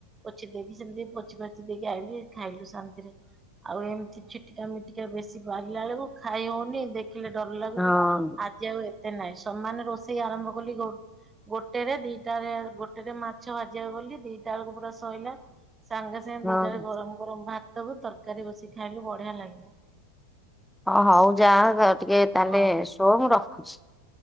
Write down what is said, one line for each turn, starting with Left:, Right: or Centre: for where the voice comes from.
Right: ପୋଛି ଦେଇକି ସେମିତି ପୋଛି ପାଛି ଦେଇକି ଆଇଲିି। ଖାଇଲୁ ଶାନ୍ତିରେ ଆଉ ଏମିତି ଛିଟି ଏମିତି ଟିକେ ବେଶୀ ବାଢ଼ିଲା ବେଳକୁ ଖାଇ ହଉନି ଦେଖିଲେ ଡର ଲାଗୁଚି।
Centre: ହଁ
Right: ଆ ଜି ଆଉ ଏତେ ନାଇଁ ସମାନ ରୋଷେଇ ଆରମ୍ଭ କଲି ଗୋ ଗୋଟେରେ ଦିଟା ଗୋଟେରେ ମାଛ ଭାଜିବାକୁ ଗଲି। ଦିଟା ବେଳକୁ ପୁରା ଶଇଲା। ସାଙ୍ଗେ ସାଙ୍ଗେ
Centre: ହଁ।
Right: ଦିଟାରେ ଗରମ ଗରମ ଭାତକୁ ତରକାରୀ ବସି ଖାଇଲୁ ବଢିଆ ଲାଗିଲା।
Centre: ହଁ ହଉ ଯାଅ ଟିକେ ତାହେଲେ
Right: ହଁ
Centre: ଶୁଅ ମୁଁ ରଖୁଚି।